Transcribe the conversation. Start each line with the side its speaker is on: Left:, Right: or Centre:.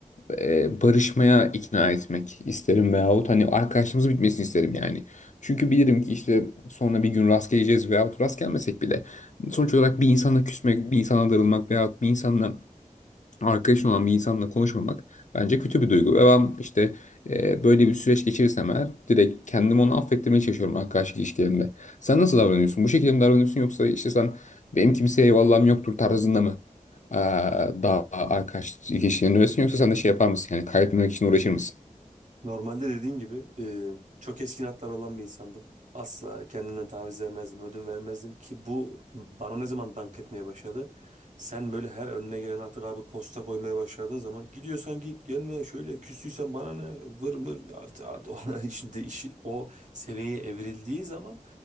Left: e, barışmaya ikna etmek isterim veyahut hani arkadaşlığımız bitmesini isterim yani. Çünkü bilirim ki işte sonra bir gün rast geleceğiz veyahut rast gelmesek bile sonuç olarak bir insana küsmek, bir insana darılmak veyahut bir insanla arkadaşın olan bir insanla konuşmamak bence kötü bir duygu. Ve ben işte e, böyle bir süreç geçirirsem eğer direkt kendimi onu affettirmeye çalışıyorum arkadaşlık ilişkilerimde. Sen nasıl davranıyorsun? Bu şekilde mi davranıyorsun yoksa işte sen benim kimseye eyvallahım yoktur tarzında mı e, daha arkadaşlık ilişkilerinde öylesin yoksa sen de şey yapar mısın? Yani kaybetmemek için uğraşır mısın?
Right: Normalde dediğin gibi e, çok keskin hatlar olan bir insandım. Asla kendimden taviz vermezdim, ödün vermezdim ki bu bana ne zaman dank etmeye başladı. Sen böyle her önüne gelen artık abi posta koymaya başladığın zaman gidiyorsan git gelme şöyle küstüysen bana ne vır mır artık, artık ona <laughs> şimdi işi o seviyeye evrildiği zaman